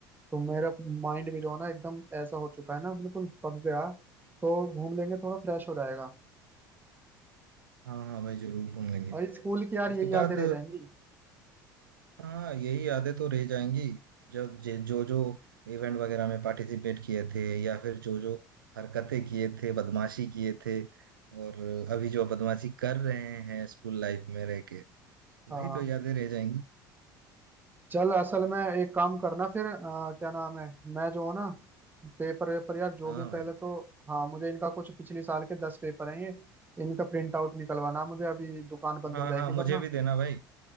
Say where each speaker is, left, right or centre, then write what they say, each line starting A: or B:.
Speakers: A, on the right (about 15°); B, on the right (about 75°).
A: तो मेरा माइंड भी जो है ना एकदम ऐसा हो चुका है ना बिल्कुल पक गया तो घूम लेंगे थोड़ा फ्रेश हो जाएगा
B: हाँ हाँ भाई जरूर घूम लेंगे
A: और स्कूल की यार
B: इसके
A: यही यादें
B: बाद
A: रह जाएंगी
B: हाँ यही यादें तो रह जाएंगी जब जे, जो जो इवेंट वगैरह में पार्टिसिपेट किए थे या फिर जो जो हरकतें किए थे बदमाशी किए थे और अभी जो बदमाशी कर रहे हैं स्कूल लाइफ में रह के
A: हाँ
B: वही तो यादें रह जाएंगी
A: चल असल में एक काम करना फिर अ, क्या नाम है मैं जो हूँ ना पेपर वेपर यार जो
B: हाँ
A: भी है, पहले
B: भाई
A: तो हाँ मुझे इनका कुछ पिछले साल के दस पेपर हैं ये इनका प्रिंट आउट निकलवाना मुझे अभी दुकान बंद
B: हाँ
A: हो जाएगी
B: हाँ मुझे
A: वरना
B: भी देना भाई